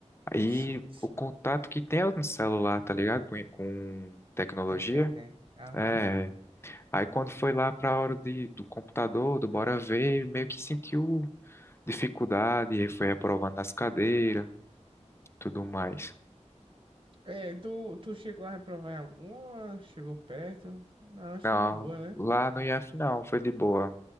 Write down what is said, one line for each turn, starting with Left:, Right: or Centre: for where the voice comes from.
Left: Aí
Right: Sim, sim.
Left: o contato que tem é no celular, tá ligado? Com, com tecnologia.
Right: Com a internet. Aham.
Left: É, Aí quando foi lá para a hora de, do computador, do bora ver, meio que sentiu dificuldade, e foi reprovando nas cadeiras, tudo mais.
Right: É, tu, tu chegou a reprovar em alguma? Chegou perto? Não, acho
Left: Não,
Right: que foi de boa, né?
Left: lá no IF não, foi de boa,